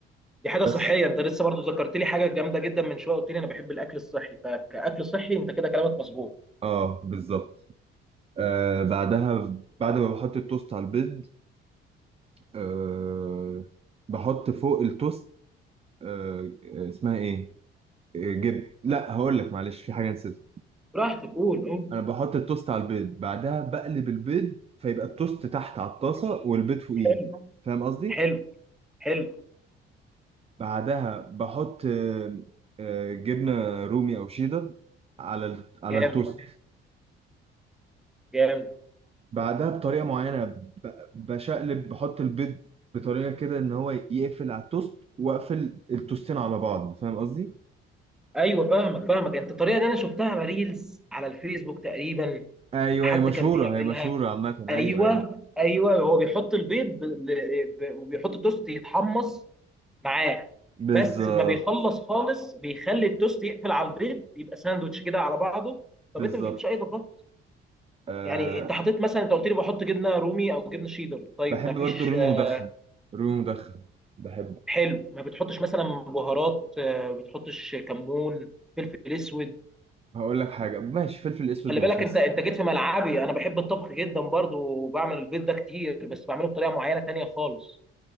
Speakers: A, in the centre; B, on the right.
A: دي حاجه
B: بس
A: صحيه انت لسه برضو ذكرت لي حاجه جامده جدا من شويه قلت لي انا بحب الاكل الصحي فكاكل صحي انت كده كلامك مظبوط
B: اه بالظبط آه بعدها بعد ما بحط التوست على البيض آه بحط فوق التوست آه آه، اسمها ايه آه، جب لا هقول لك معلش في حاجه نسيتها
A: براحتك قول قول
B: انا بحط التوست على البيض بعدها بقلب البيض فيبقى التوست تحت على الطاسه والبيض فوقيه
A: حلو
B: فاهم قصدي
A: حلو حلو
B: بعدها بحط آه، آه، جبنة رومي أو شيدر على ال- على
A: جامد
B: التوست
A: جامد
B: بعدها بطريقة معينة ب- بشقلب بحط البيض بطريقة كده إن هو يقفل على التوست وأقفل التوستين على بعض فاهم قصدي؟
A: ايوه فاهمك فاهمك انت الطريقه دي انا شفتها على ريلز على الفيسبوك تقريبا
B: أيوه
A: حد
B: هي مشهورة
A: كان بيعملها
B: هي مشهورة عامة أيوه
A: ايوه
B: أيوه
A: ايوه هو بيحط البيض ب- ل- ب- وبيحط التوست يتحمص معاه
B: بالظبط
A: بس ما بيخلص خالص بيخلي التوست يقفل على البيض يبقى ساندوتش كده على بعضه طب
B: بالظبط
A: انت ما بتحطش اي اضافات
B: أه
A: يعني انت حطيت مثلا انت قلت لي بحط جبنه رومي او جبنه شيدر طيب
B: بحب
A: ما فيش
B: برضو الرومي
A: آه،
B: مدخن رومي مدخن بحبه
A: حلو ما بتحطش مثلا بهارات آه، ما بتحطش كمون فلفل اسود
B: هقول لك حاجة ماشي فلفل أسود
A: خلي
B: ماشي
A: بالك
B: بس
A: انت انت جيت في ملعبي انا بحب الطبخ جدا برضو وبعمل البيض ده كتير بس بعمله بطريقه معينه تانية خالص